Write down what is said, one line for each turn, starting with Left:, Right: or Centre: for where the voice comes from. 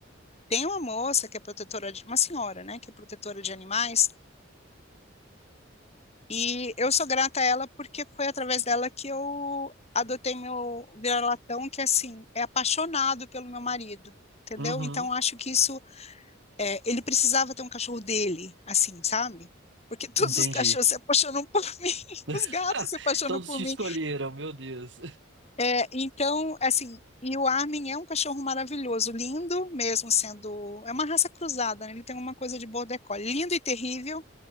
Left: tem uma moça que é protetora de, uma senhora, né, que é protetora de animais, E eu sou grata a ela porque foi através dela que eu adotei meu vira-latão, que assim, é apaixonado pelo meu marido, entendeu?
Right: Uhum,
Left: Então acho que isso, é, ele precisava ter um cachorro dele, assim, sabe? Porque <laughs> todos
Right: entendi.
Left: os cachorros se apaixonam por <laughs> mim, os
Right: <laughs>
Left: gatos se apaixonam
Right: Todos
Left: por
Right: te
Left: mim.
Right: escolheram, meu Deus.
Left: É, então, assim, e o Armin é um cachorro maravilhoso, lindo mesmo sendo, é uma raça cruzada, né? Ele tem uma coisa de border collie, lindo e terrível